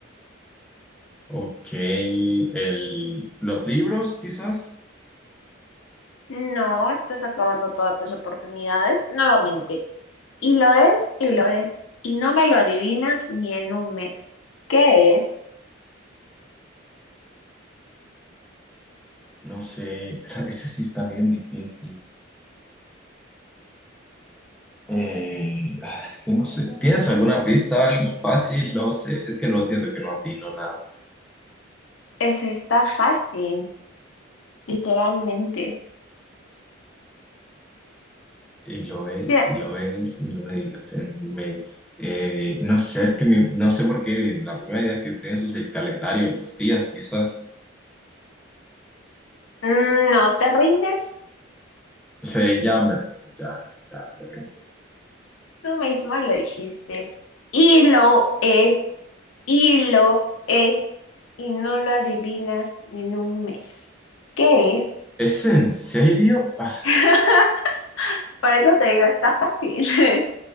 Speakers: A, in the centre; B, on the left.
A: Ok, el, los libros, quizás.
B: No, estás acabando todas tus oportunidades nuevamente. Y lo es, y lo es, y no me lo adivinas ni en un mes. ¿Qué es?
A: No sé, <laughs> esa- esa sí está bien difícil. Eh, ah, es que no sé. ¿Tienes alguna pista, algo fácil? No sé. Es que no siento que no atino nada.
B: Es está fácil, literalmente.
A: Y lo es,
B: Ya,
A: y lo es, y lo es, y no sé, en un mes. Eh, no sé, es que mi- no sé por qué la primera idea que tienes es el calendario, los días, quizás.
B: mm, No te rindes,
A: Sí, ya me rindo, ya, ya me rindo.
B: tú misma lo dijiste. Y lo es, y lo es, y no lo adivinas ni en un mes. ¿Qué es?
A: ¿Es en serio? Ah,
B: <laughs> Por eso te digo, está fácil. <laughs>